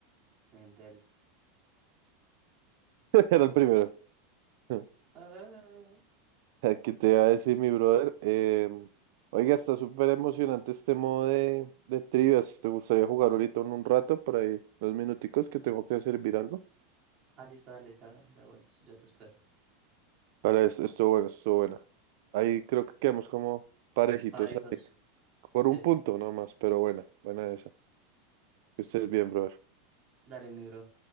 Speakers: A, on the right (about 25°); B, on the right (about 60°).
A: Endel,
B: <laughs> Era
A: no.
B: el primero. <laughs>
A: Ah,
B: ¿Qué te iba a decir, mi brother? Eh, oiga, está súper emocionante este modo de, de trivias. ¿Te gustaría jugar ahorita en un rato, por ahí, dos minuticos, que tengo que servir algo?
A: Ali, sale, ya, ya vuelves. Yo te espero.
B: Vale, es- estuvo bueno, estuvo buena. Ahí creo que quedamos como parejitos
A: Parejos,
B: ahí, por
A: sí.
B: un punto nomás, pero buena, buena esa. Que estés bien, brother.
A: Dale, mi bro.